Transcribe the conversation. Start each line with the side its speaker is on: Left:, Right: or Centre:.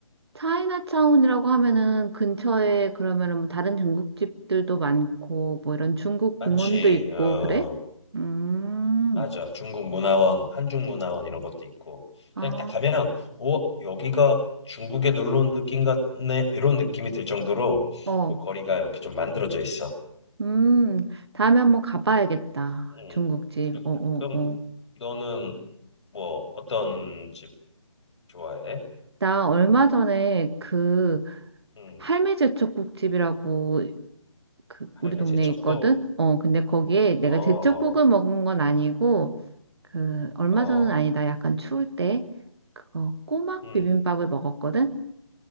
Right: 차이나타운이라고
Left: 음,
Right: 하면은 근처에 그러면은 뭐 다른 중국집들도 많고 뭐 이런 중국
Left: 많지.
Right: 공원도 있고
Left: 어,
Right: 그래? 음,
Left: 맞아. 중국 문화원, 한중 문화원 이런 것도 있고.
Right: 아,
Left: 그냥 딱 가면 오, 여기가 중국에 놀러 온 느낌 같네. 이런 느낌이 들 정도로
Right: 어,
Left: 그 거리가 이렇게 좀 만들어져 있어.
Right: 음. 다음에 한번 가봐야겠다.
Left: 음,
Right: 중국집.
Left: 그래
Right: 어, 어,
Left: 그래. 그럼
Right: 어.
Left: 너는 뭐 어떤 집 좋아해?
Right: 나 얼마 전에 그
Left: 음,
Right: 할매 제철국집이라고 그
Left: 할매
Right: 우리 동네에
Left: 제쳤고.
Right: 있거든? 어, 근데 거기에 내가
Left: 어, 어,
Right: 제철국을 먹은 건 아니고 그 얼마
Left: 어.
Right: 전은 아니다. 약간 추울 때 그거 꼬막
Left: 음,
Right: 비빔밥을 먹었거든?